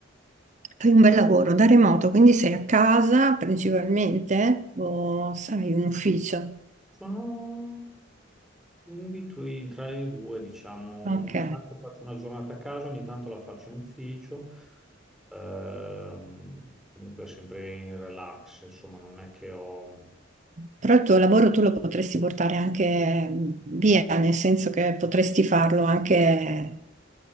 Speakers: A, on the right; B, in the centre.
A: Fai un bel lavoro da remoto, quindi sei a casa principalmente o hai un ufficio?
B: Sono in between tra le due, diciamo,
A: Ok.
B: ogni tanto faccio una giornata a casa, ogni tanto la faccio in ufficio, Ehm, comunque sempre in relax, insomma, non è che ho...
A: Però il tuo lavoro tu lo potresti portare anche via, nel senso che potresti farlo anche,